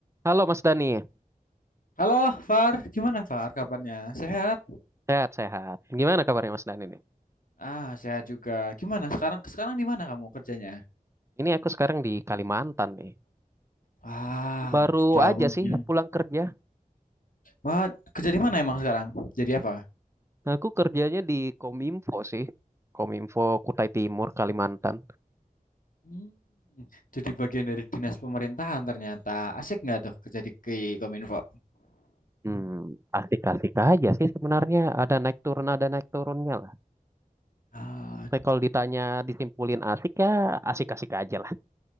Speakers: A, on the right (about 20°); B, on the left (about 65°).
A: Halo Mas Dani,
B: Halo, Far. Gimana, Far? Kabarnya? Sehat?
A: sehat-sehat. Gimana kabarnya Mas Dani nih?
B: Ah, sehat juga. Gimana sekarang? Sekarang di mana kamu kerjanya?
A: Ini aku sekarang di Kalimantan nih.
B: Wah,
A: Baru
B: jauhnya.
A: aja sih pulang kerja.
B: Wah, kerja di mana emang sekarang? Jadi apa?
A: Aku kerjanya di Kominfo sih. Kominfo Kutai Timur, Kalimantan.
B: Hmm, jadi bagian dari dinas pemerintahan ternyata. Asik nggak tuh kerja di Ki- Kominfo?
A: Hmm, asik-asik aja sih sebenarnya. Ada naik turun, ada naik turunnya lah.
B: Ah,
A: Tapi kalau ditanya disimpulin asik ya asik-asik aja lah.